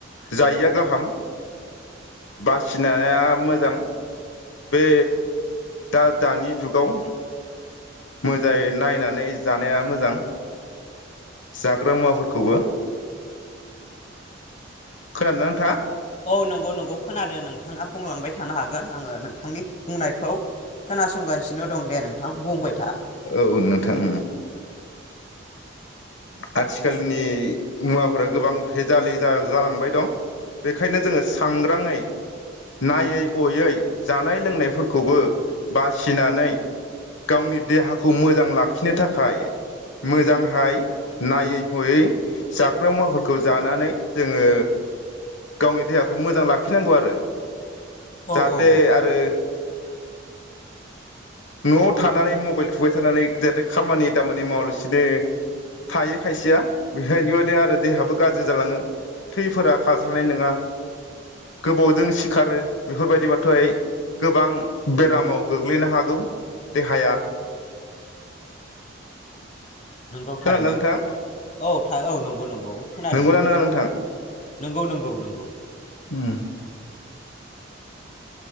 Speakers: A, on the left; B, on the left.
A: जायिया गाहाम बासिनाया मोजां बे दा दानि जुगाव मोजाङै नायनानै जानाया मोजां जाग्रा मुवाफोरखौबो खोनादोंना नोंथाङा
B: औ नंगौ नंगौ खोनादों नोंथाङा बुंलांबाय थानो हागोन आङो नोंथांनि बुंनायखौ खोनासंगासिनो दं दे नोंथां बुंबाय था
A: औ नोंथां आथिखालनि मुवाफोरा गोबां भेजालि जालांबाय दं बेखायनो जोङो सांग्राङै नायै हयै जानाय लोंनायफोरखौबो बासिनानै गावनि देहाखौ मोजां लाखिनो थाखाय मोजांहाय नायै हयै जाग्रा मुवाफोरखौ जानानै जोङो गावनि देहाखौ मोजां लाखिनांगौ आरो
B: औ
A: जाहाथे
B: औ औ
A: आरो न'आव थानानै मबाइल थुबाय थानानै जाहाथे खामानि दामानि मावलसिनो दे थायो खायसेया बेफोरदिबादि आरो देहाबो गाज्रि जालाङो थैफोरा खास्रानाय नङा गोबावजों सिखारो बेफोर बायदिबाथाय गोबां बेरामाव गोग्लैनो हागौ देहाया
B: नंगौ
A: खोनादोंना
B: थारैनो
A: नोंथां
B: औ थ औ नंगौ नंगौ खोनादो
A: नंगौना नङा नोंथां
B: नंगौ नंगौ नोंगौ
A: उम